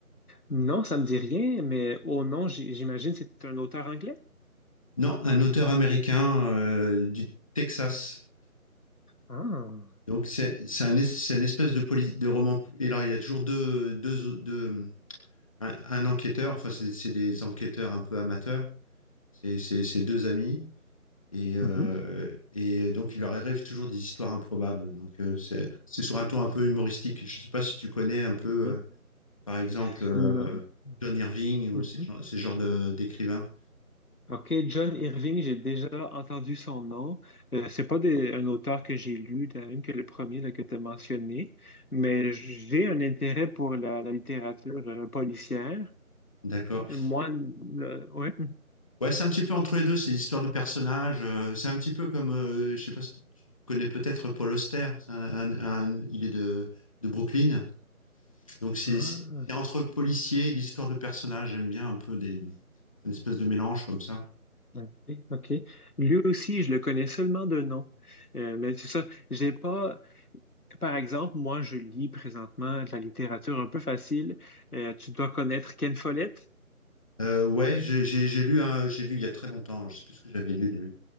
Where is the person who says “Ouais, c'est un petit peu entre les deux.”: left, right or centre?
Left